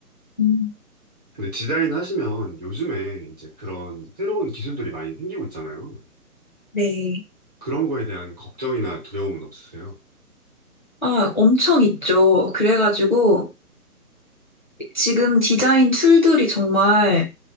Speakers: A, on the left; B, on the right.
A: 음,
B: 근데 디자인 하시면 요즘에 이제 그런 새로운 기술들이 많이 생기고 있잖아요.
A: 네.
B: 그런 거에 대한 걱정이나 두려움은 없으세요?
A: 아, 엄청 있죠. 그래가지고 지금 디자인 툴들이 정말